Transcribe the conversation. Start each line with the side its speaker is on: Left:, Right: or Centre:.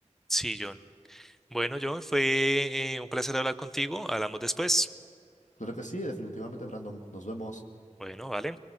Centre: sí, John. Bueno, John, fue eh, un placer hablar contigo. Hablamos después.
Left: Claro que sí, definitivamente, Brandon. Nos vemos.
Centre: Bueno, vale.